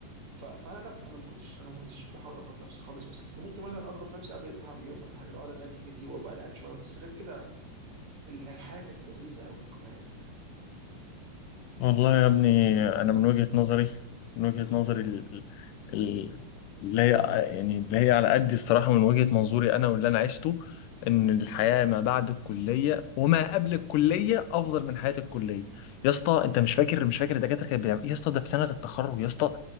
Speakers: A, on the right; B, on the left.
A: ف- فانا لا انا ما كنتش انا ما كنتش بحاول اضغط نفسي خالص بس كنت ممكن مثلا اضغط نفسي قبل الامتحان بيوم ولا حاجه لو اقعد اذاكر كتير وابقى قلقان شويه بس غير كده ال- الحياه كانت لذيذه قوي في الكليه
B: والله يا ابني انا من وجهة نظري من وجهة نظري ال- ال- اللي هي يعني اللي هي على قد الصراحة من وجهة منظوري انا واللي انا عشته ان الحياة ما بعد الكلية وما قبل الكلية افضل من حياة الكلية يا اسطى انت مش فاكر مش فاكر الدكاترة كانت بتعمل إيه؟ يا اسطى ده في سنة التخرج يا اسطى